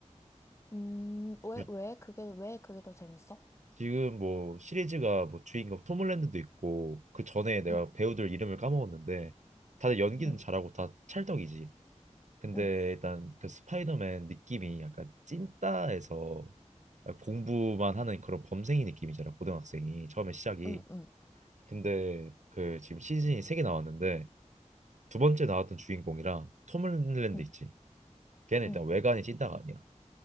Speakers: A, on the left; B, on the right.
A: 음, 왜,
B: 그리고
A: 왜 그게, 왜 그게 더 재밌어?
B: 지금 뭐 시리즈가 뭐 주인공 톰 홀랜드도 있고 그 전에 내가
A: 응,
B: 배우들 이름을 까먹었는데 다들 연기는
A: 응,
B: 잘하고 다 찰떡이지. 근데
A: 응,
B: 일단 그 스파이더맨 느낌이 약간 찐따에서 공부만 하는 그런 범생이 느낌이잖아 고등학생이 처음에 시작이
A: 응, 응,
B: 근데 그 지금 시즌이 세 개 나왔는데 두 번째 나왔던 주인공이랑 톰 h 랜드
A: 응,
B: 있지 걔는
A: 응.
B: 일단 외관이 찐따가 아니야